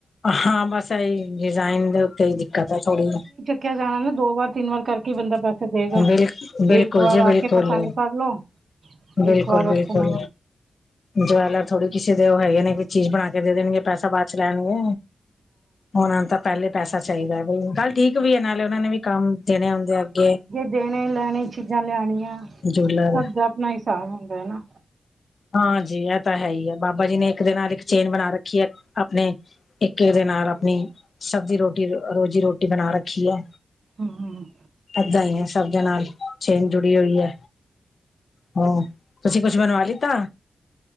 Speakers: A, on the left; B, on the right.
A: ਹਾਂ ਬਸ ਏਈ ਡਿਜ਼ਾਇਨ ਦੇ ਉੱਤੇ ਈ ਦਿੱਕਤ ਐ ਥੋੜੀ ਜੀ।
B: ਕੇ ਜਾਨਾ ਨਾ ਦੋ ਵਾਰ ਤਿੰਨ ਵਾਰ ਕਰਕੇ ਈ ਬੰਦਾ ਪੈ ਦੇਗਾ
A: ਬਿਲ ਬਿਲਕੁਲ
B: ਇੱਕ ਵਾਰ
A: ਜੀ
B: ਆ
A: ਬਿਲਕੁਲ
B: ਕੇ ਪਸੰਦ ਕਰਲੋ
A: ਬਿਲਕੁਲ
B: ਇੱਕ ਵਾਰ ਆਪਨਾ
A: ਬਿਲਕੁਲ ਜਵੈਲਰ ਥੋੜੀ ਕਿਸੇ ਦੇ ਓ ਹੈਗੇ ਨੇ ਕਿ ਚੀਜ਼ ਬਨਾ ਕੇ ਦੇਨਗੇ ਪੈਸਾ ਬਾ ਚ ਲੈਨਗੇ ਓਨਾਂ ਨੂੰ ਤਾਂ ਪੈਲੇ ਪੈਸਾ ਚਾਈਦਾ ਬਈ ਗੱਲ ਠੀਕ ਵੀ ਏ ਨਾਲੇ ਓਨਾਂ ਨੇ ਵੀ ਕੰਮ ਦੇਨੇ ਹੁੰਦੇ ਅੱਗੇ
B: ਦੇਨੇ ਲੈਨੇ ਚੀਜ਼ਾਂ ਲਿਆਨੀਆਂ
A: ਜੂਲਰ
B: ਸਬ ਦਾ ਆਪਨਾ ਹਿਸਾਬ ਹੁੰਦਾ ਐ ਨਾ।
A: ਹਾਂਜੀ ਐ ਤਾਂ ਹੈ ਈ ਐ ਬਾਬਾ ਜੀ ਨੇ ਇੱਕ ਦੇ ਨਾਲ ਇੱਕ ਚੇਨ ਬਨਾ ਰੱਖੀ ਏ ਆਪਨੇ ਇੱਕ ਏਦੇ ਨਾਲ ਆਪਨੀ ਸਬਜ਼ੀ ਰੋਟੀ ਰੋਜ਼ੀ ਰੋਟੀ ਬਨਾ ਰੱਖੀ ਐ।
B: ਹੂੰ
A: ਏਦਾਂ ਈ ਐ ਸਬ। ਨਾਲ ਚੇਨ ਜੁੜੀ ਹੂਈ ਐ ਹੂੰ ਤੁਸੀਂ ਕੁਛ ਬਨਵਾ ਲਿ ਤਾ